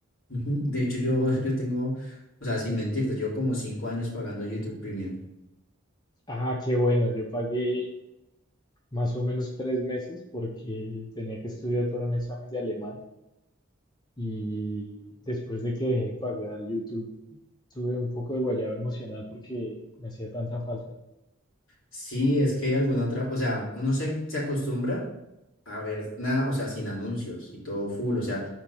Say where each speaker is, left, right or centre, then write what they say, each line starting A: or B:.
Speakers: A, on the left (about 70°); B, on the left (about 20°).
A: Ujú. De hecho, yo, yo tengo, o sea, sin mentirte, yo como cinco años pagando YouTube Premium.
B: Ah, qué bueno, yo pagué más o menos tres meses porque tenía que estudiar para un examen de alemán y después de que dejé de pagar YouTube tuve un poco de guayaba emocional porque me hacía tanta falta.
A: Sí, es que alguna otra, o sea, uno se, se acostumbra a ver nada, o sea, sin anuncios y todo full, o sea,